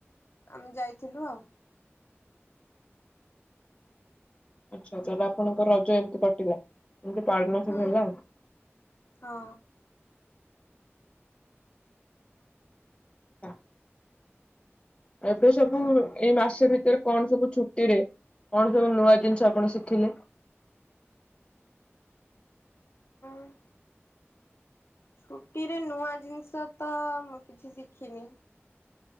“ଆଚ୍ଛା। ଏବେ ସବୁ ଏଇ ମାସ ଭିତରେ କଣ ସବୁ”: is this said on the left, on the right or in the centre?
Left